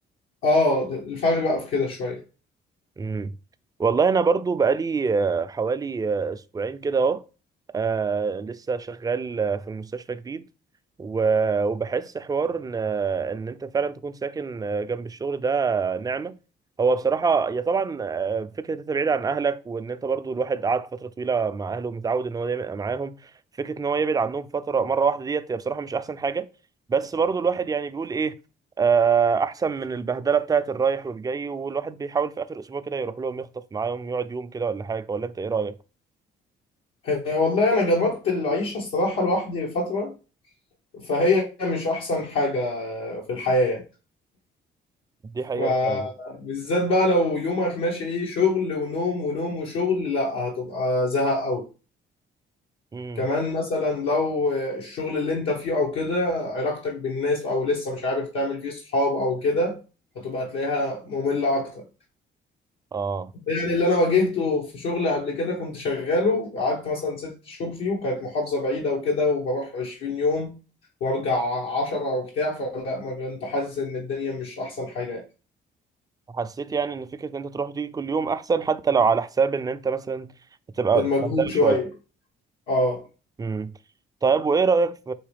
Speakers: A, on the left; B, on the right.
A: اه الفرق بقى في كده شوية
B: امم والله انا برضو بقالي آه، حوالي آه، اسبوعين كده اهو آه، لسه شغال آه، في المستشفى جديد و- وبحس حوار ان آه، ان انت فعلا تكون ساكن آه، جنب الشغل ده آه، نعمة هو بصراحة يا طبعا آه، فكرة انت بعيد عن اهلك وان انت برضو الواحد قعد فترة طويلة مع اهله ومتعود ان هو دايما يبقى معاهم فكرة ان هو يبعد عنهم فترة مرة واحدة ديت هي بصراحة مش احسن حاجة بس برضو الواحد يعني بيقول ايه آه، احسن من البهدله بتاعت الرايح والجاي والواحد بيحاول في اخر اسبوع كده يروح لهم يخطف معاهم يقعد يوم كده ولا حاجه ولا انت ايه رايك
A: هي والله انا جربت العيشة الصراحة لوحدي فترة فهي مش احسن حاجة في الحياة يعني
B: دي حقيقه
A: فبالذات
B: فعلا
A: بقى لو يومك ماشي ايه شغل ونوم ونوم وشغل لا هتبقى زهق قوي
B: امم
A: كمان مثلا لو الشغل اللي انت فيه او كده علاقتك بالناس او لسه مش عارف تعمل فيه صحاب او كده هتبقى تلاقيها مملة اكتر
B: اه
A: يعني اللي انا واجهته في شغل قبل كده كنت شغاله قعدت مثلا ست شهور فيه وكانت محافظة بعيدة وكده وبروح 20 يوم وارجع عشرة وبتاع فلا ما كنت حاسس ان الدنيا مش احسن حاجة يعني.
B: حسيت يعني ان فكره ان انت تروح دي كل يوم احسن حتى لو على حساب ان انت مثلا بتبقى
A: المجهود
B: بهدله
A: شوية
B: شويه
A: اه
B: امم طيب وايه رايك في